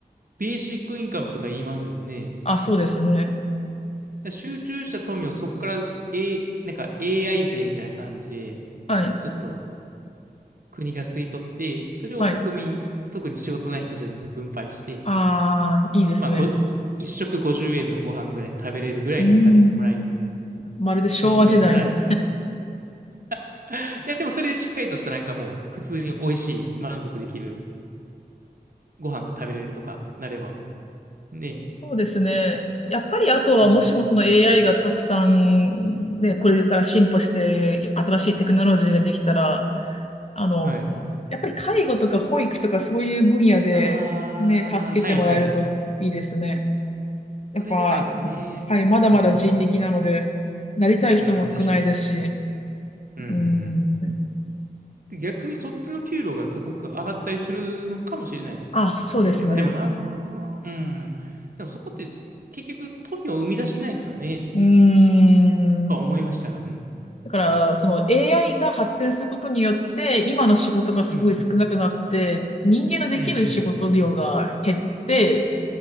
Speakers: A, on the right; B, on the left.
A: ベーシックインカムとか言いますよね。だか
B: あ、そうですね。
A: ら集中した富をそこから、A、なんか AI 税みたいな感じで、
B: はい。
A: ちょっと国が吸い取って、それを国民、
B: はい。
A: 特に仕事ない人たちに分配して、
B: ああ、いいですね。
A: まあ、ご、一食50円のご飯ぐらい食べれるぐらいのお金をもらい、
B: うーん。まるで昭和時代。
A: のんべんたらりと。<laughs> いや、でもそれでしっかりとしたなんかもう、普通に美味しい、満足できるご飯が食べれるとかなれば、ね。
B: そうですね。やっぱりあとは、
A: うん。
B: もしもその AI がたくさん、ね、これから進歩して、新しいテクノロジーができたら、あの、
A: はい。
B: やっぱり介護とか保育とかそういう分野で、
A: ああ、
B: ね、助けてもらえるといいですね。
A: はいはい。
B: やっぱ、
A: それでかいっすね。
B: はい、まだまだ人力なので、
A: はい。
B: なりたい人も少ないですし、
A: うん、確かに。うんうんうん。
B: うん、
A: で、逆にそっちの給料がすごく上がったりするのかもしれないですね。
B: あ、そうですね。
A: まあでもなうん。でもそこって結局富を生み出してないですからね。
B: うーん。
A: とは思いましたが。うん。
B: だから、その AI が発展することによって、今の仕事がすごい少なくなって、
A: うん。
B: 人間のできる仕事量が減って、
A: うんうん。